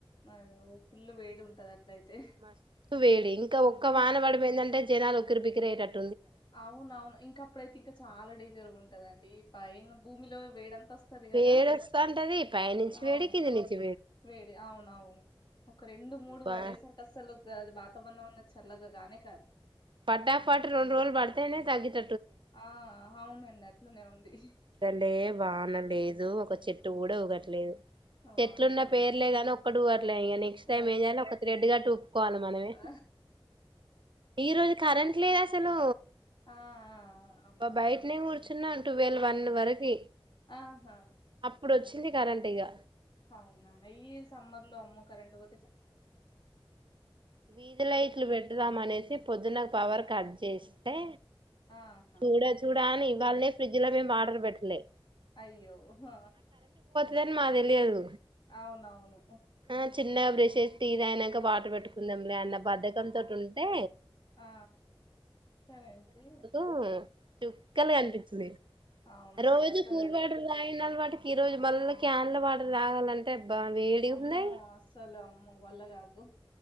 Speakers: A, on the left; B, on the right.
A: మరి ఫుల్ వేడి ఉంటది అట్లయితే
B: మస్తు వేడి ఇంకా ఒక్క
A: మీ
B: వానపడిపోయిందంటే జనాలు ఉక్కిరిబిక్కిరి అయ్యేటట్టు
A: అవునవును ఇంక అప్పుడైతే ఇంకా చాలా డేంజర్ గా ఉంటదండి డి పైన భూమిలో వేడన్ వస్తది కదా
B: వేడొస్తాంటది పైనుంచి
A: అవును
B: వేడి కింది నుంచి
A: వేడి అవునవును ఒక రెండు మూడు
B: బా
A: వాడేసరికి అసలు ద అది వాతావరణం అన్నది చల్లగ కానే కాదు
B: ఫటాఫట్ రొండు రోజులు బడితేనే తగ్గిత
A: ఆ అవున నట్లనే ఉంది
B: అసలే వానలేదు ఒక చెట్టు కూడా ఊగట్లేదు
A: ఆహా
B: చెట్లున్న పేర్లేగాని ఒ క్కటి ప ట్ల ఇగ నెక్ట్స్
A: అదే
B: టైమ్ ఒక త్రెడ్ కట్టుకొని ఊపుకోవాలి మనమే
A: ఆ
B: ఈ రోజు కరెంట్ లేదు అసలు
A: ఆ ఆ అవునా
B: బయటనే కూర్చో తిన్న టువెల్ వన్ వరకి
A: ఆహా
B: ఇప్పుడొచ్చింది కరెంట్ ఇగా
A: అవునా ఈ సమ్మర్ లో అమ్మో కరెంట్ పో
B: వీధి
A: అవును
B: లైట్లు పెడదాం అనేసి పొద్దున పవర్ కట్ చేస్తే
A: ఆహా
B: చూడా చూడానీ వాళ్ళే ఫ్రిడ్జ్ లో మేము వాటర్ పెట్టలే
A: అయ్యో హా
B: తని మా తెలియదు
A: అవునవును
B: ఆ చిన్నగా బ్రష్ చేసి టీ తాగినంక వాటర్ పెట్టుకుందాం లే అన్న బద్ధకం తోటి ఉంటే
A: ఆ కరేంటి
B: ఆ చుక్కలు కనిపిచ్చినయ్
A: అవునవును
B: రోజు
A: అట్లనే
B: కూల్ వాటర్
A: ఉంటది
B: తాగినా వాటికి ఈ రోజు మళ్ళ క్యాన్ల వాటర్ తాగాలంటే అబ్బా వేడిగా
A: అమ్మో
B: ఉన్నాయి
A: అస్సలు అమ్మో వల్లగాదు